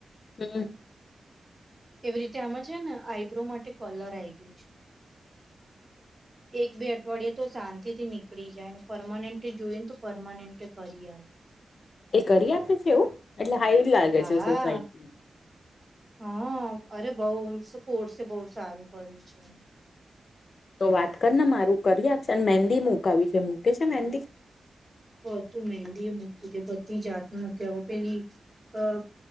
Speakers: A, on the left (about 60°); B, on the right (about 20°).
A: હમ
B: એવી રીતે આમાં છે ને આઈબ્રો માટે કલર આઈ ગયો છે.
A: <unintelligible>
B: એક બે અઠવાડિયે તો શાંતિ થી નીકળી જાય ને પરમાનન્ટ જોઈને તો પરમાનન્ટ કરી આવે.
A: એ કરી આપે છે એવું એટલે હાઈ લાગે
B: હા
A: છે સોસાયટી
B: હા અરે બઉ કોર્સે બહુ સારું કર્યું છે.
A: તો વાત કર ને મારું કરી આપશેને મહેંદી મુૂકાવી છે મૂકે છે મેંદી
B: બંધુ મેહેંદી મૂકી તે બધી જાતને મુૂક્યા વ પેલી અ